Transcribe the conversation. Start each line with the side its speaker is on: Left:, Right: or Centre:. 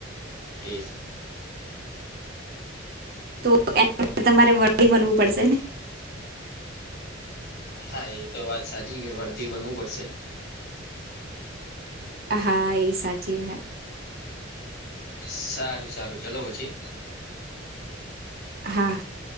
Left: એ
Right: તો એના માટે તમારે વર્ધી બનવું પડશે.
Left: હા એ તો વાત સાચી કે વરધી બનવું પડશે.
Right: હા એ સાચી <inaudible>
Left: સારું સારું ચલો પછી.
Right: હા